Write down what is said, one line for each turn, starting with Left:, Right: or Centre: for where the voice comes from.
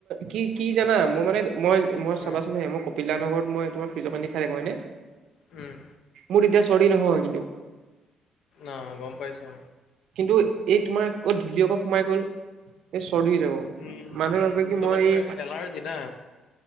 Right: কি কি জানা মই মানে মই মই চাবাচোন
Left: উম
Right: হে মই ক পিল দা হতৰ ঘৰত মই তোাৰ ফ্ৰীজৰ পানী খাই থাকোঁ হয়নে।
Left: উম।
Right: মোৰ তেতিয়া চৰ্দি নহয় কিন্তু।
Left: অঁ', গম পাইছো
Right: কিন্তু এই তোমাৰ অত ধূলি অকন সোমাই গ'ল এই চৰ্দি হৈ যাব।
Left: উম,
Right: মানুহে
Left: উম,
Right: ভাবে কি
Left: এইটো
Right: মই
Left: মানে
Right: এই
Left: তোৰ এলাৰ্জি না।